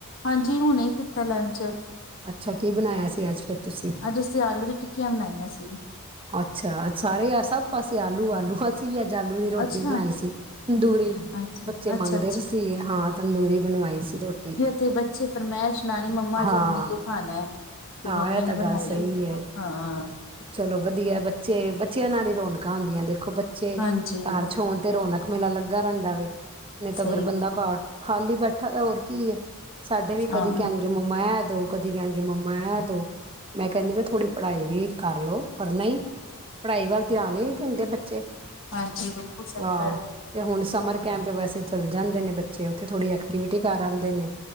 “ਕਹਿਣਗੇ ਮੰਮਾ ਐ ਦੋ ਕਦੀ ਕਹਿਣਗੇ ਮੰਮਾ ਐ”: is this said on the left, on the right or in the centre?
Right